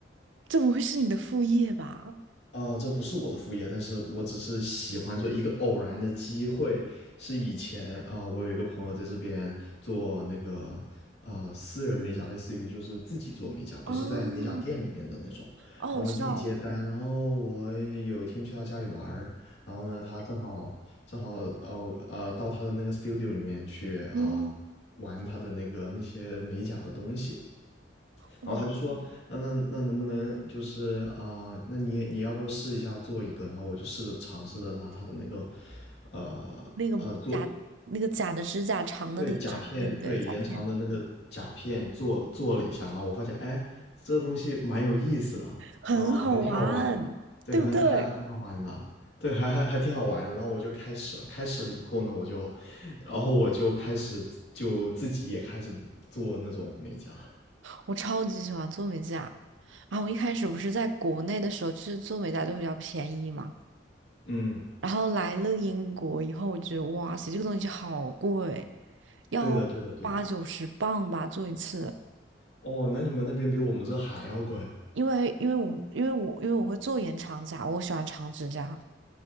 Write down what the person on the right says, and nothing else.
这不会是你的副业吧？
哦哦，
我知道，
嗯，
哇，
那个假那个假的指甲长的那个指，
对不对？甲片
很好玩，
对不对？
我超级喜欢做美甲。然后我一开始不是在国内的时候，就是做美甲都比较便宜嘛。
然后来了英国以后，我觉得哇塞，这个东西好贵，要八九十磅吧做一次。
因为因为我们因为我因为我会做延长甲，我喜欢长指甲，